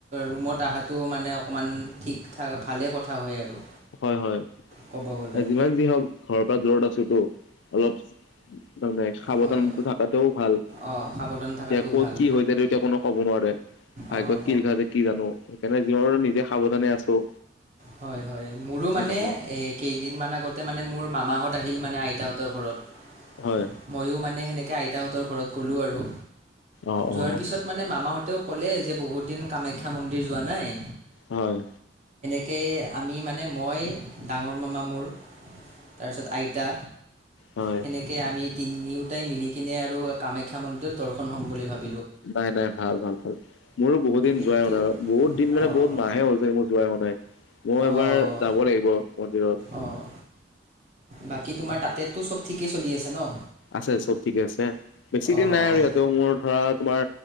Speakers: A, on the right (about 35°); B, on the left (about 75°).
A: ৰুমত অহাটো মানে অকমান ঠিক ঠাক ভালে এ কথা হয় আৰু।
B: হয়, হয়,
A: ক'ব গ'লে
B: যিমান যি হওক ঘৰৰ পৰা দূৰত আছোতো। অলপ ত সাৱধানতা
A: হয়
B: থকাতেও ভাল। এতিয়া
A: অঁ সাৱধান থকাটো
B: ক'ত
A: ভাল
B: কি হৈ যায় এতিয়া কোনো ক'ব নোৱাৰে, ভাগ্যত
A: অঁ
B: কি লিখা যে কি জানো। সেইকাৰণে ৰ নিজে সাৱধানে আছো।
A: হয় হয় মোৰো
B: সেনেকুৱা।
A: মানে এ কেইদিন মমান আগতে মানে মোৰ মামাহঁত আহিল মানে আইতাহঁতৰ ঘৰত
B: হয়
A: ময়ো মানে সেনেকে আইতাহঁতৰ ঘৰত গ'লোঁ আৰু।
B: অ
A: যোৱাৰ
B: অ
A: পিছত মানে মামাহঁতেও ক'লে যে বহুত দিন কামাখ্যা মন্দিৰ যোৱা নাই
B: হয়।
A: তাকে আমি মানে মই ডাঙৰ মামা মোৰ তাৰপিছত আইতা
B: হয়
A: সেনেকে আমি তিনিওটাই মিলি কিনে আৰু কামাখ্যা মন্দিৰত দৰ্শন হ'ম বুলি ভাবি
B: নাই, নাই, ভাল, ভাল, ভাল। মোৰো বহুত দিন
A: এইটো
B: যোৱাই হুৱা নাই বহুত দিন মানে
A: অঁ
B: বহুত মাহে হৈছে মোৰ যোৱাই হুৱা নাই। মই
A: অঁ
B: এবাৰ যাব লাগিব মন্দিৰত।
A: অঁ বাকী তোমাৰ তাতেতো চব ঠিকেই চলি আছে ন?
B: আছে চব ঠিকে আছে। বেছি দিন
A: অঁ
B: নাই আৰু ইয়াতেও মোৰ ধৰা তোমাৰ